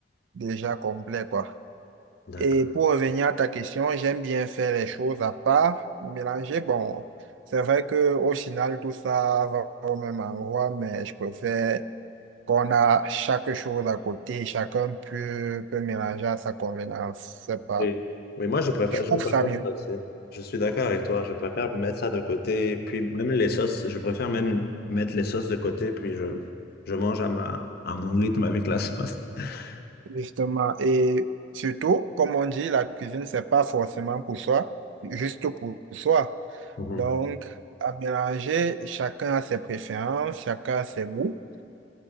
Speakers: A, on the right (about 80°); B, on the left (about 55°).
A: déjà complet, quoi.
B: D'accord.
A: Et pour revenir à ta question, j'aime bien faire les choses à part, mélanger. Bon, c'est vrai que au final, tout ça va au même endroit, mais je préfère qu'on a chaque chose à côté, chacun peut, peut mélanger à sa convenance. C'est pas,
B: Et- Oui, moi, je préfère,
A: je
B: je
A: trouve
B: préfère
A: ça mieux,
B: ça aussi. Je suis d'accord avec toi. Je préfère mettre ça de côté. Puis même les sauces, je préfère même mettre les sauces de côté. Puis je, je mange à ma, à mon rythme avec la sauce. <laughs>
A: justement. Et surtout, comme on dit, la cuisine, c'est pas forcément pour soi, juste pour soi.
B: Mhm.
A: Donc, à mélanger, chacun a ses préférences, chacun a ses goûts.